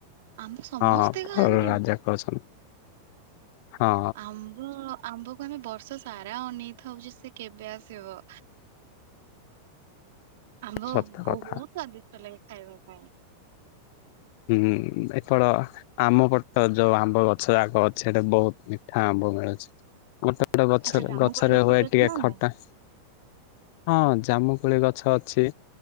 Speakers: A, on the right; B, on the left.
A: ଆମେ ସମସ୍ତେ
B: ହଁ
A: ଖାଆନ୍ତି।
B: ଫଳ ରାଜା କହୁଛନ୍ତି ହଁ
A: ଆମ୍ବ ଆମ୍ବକୁ ଆମେ ବର୍ଷ ସାରା ଅନେଇଥାଉଛ ସେ କେବେ ଆସିବ? ଆମ୍ବ
B: ସତ କଥା
A: ବହୁତ ସ୍ଵାଦିଷ୍ଟ ଲାଗେ ଖାଇବା ପାଇଁ।
B: ହୁଁ ଏଫଳ ଆମ ପଟ ଯୋଉ ଆମ୍ବ ଗଛ ଯାକ ଅଛି ସେଟା ବହୁତ ମିଠା ଆମ୍ବ ମିଳୁଛି ଗୋଟେ ଗୋଟେ ବଛର
A: ଆଚ୍ଛା ଜାମୁକୋଳି
B: ଗଛରେ
A: ଗଛ
B: ହୁଏ
A: ବି ଅଛି
B: ଟିକେ
A: ନା
B: ଖରଟା।
A: ନାଇଁ?
B: ହଁ ଜାମୁକୁଳି ଗଛ ଅଛି।